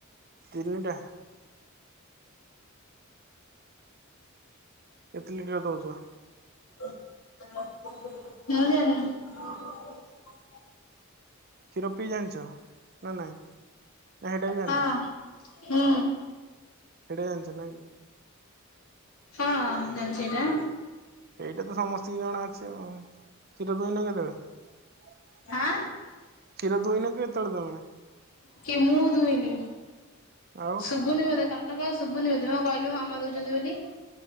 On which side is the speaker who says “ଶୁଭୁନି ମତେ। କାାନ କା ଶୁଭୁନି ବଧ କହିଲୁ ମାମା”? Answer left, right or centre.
Left